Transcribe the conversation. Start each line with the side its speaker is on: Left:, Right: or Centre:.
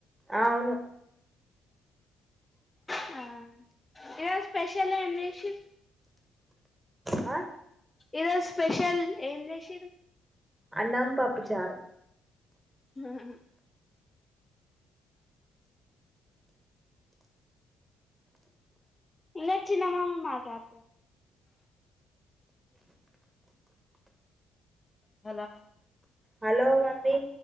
Right: ఆ ఔను
Left: హా ఈరోజ్ స్పెషలేం జేసీ
Right: ఆ
Left: ఈరోజ్ స్పెషల్ ఏం జేశారు
Right: అన్నాం పప్పుచార్
Left: హాహా ఇదో చిన్నమా మాటదు హ
Right: హలో మమ్మీ